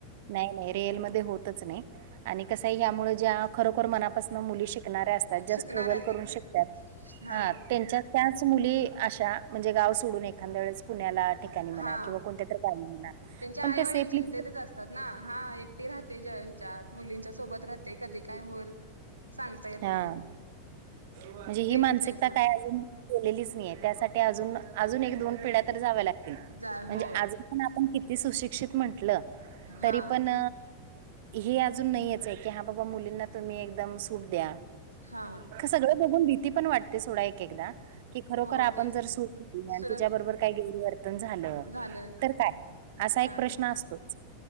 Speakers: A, on the right; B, on the right.
A: नाही नाही रिअलमध्ये होतच नाही. आणि कसं आहे यामुळे ज्या खरोखर मनापास मुली शिकणाऱ्या असतात, ज्या
B: शिकणारच
A: स्टगल करून
B: आहे
A: शिकतात
B: सर हा
A: ह त्यांच्या त्याच मुली अशा म्हणजे गाव सोडून एक एखाद्या वेळेस पुण्याला ठिकाणी म्हणा
B: हा
A: किंवा कोणत्यातरी गावी म्हणा
B: त्यांच्या
A: पण
B: आई
A: त्या
B: वडील
A: शेपली
B: चिंतेतच असतात ना हा एकटी राहते, ज ह्याच्यात मुलींच्या सोबत राहते. कधी काय होईल. सांगता येत
A: हा
B: नाही.
A: म्हणजे ही
B: ते
A: मानसिकता
B: होतयच ना
A: काय अजून केलेलीच नाहीे त्यासाठी अजून अजून एक दोन पिढ्या तर जाव्या लागतील
B: जाय
A: म्हणजे
B: हो
A: अज पण आपण किती सुशिक्षित म्हंटलं
B: हा
A: तरी पण. हे अजून नाहीच आहे की हा बाबा मुलींना तुम्ही एकदम सूट द्या.
B: हा.
A: सगळ बघून भीती पण वाटते सोडा एक एकदा खरोखर
B: हो
A: आपण
B: तेच
A: सूट दिली
B: सुर
A: आणि तिच्याबरोबर काय गैरवर्तन झालं
B: झालं
A: तर काय असा
B: काय
A: एक प्रश्न असतोच.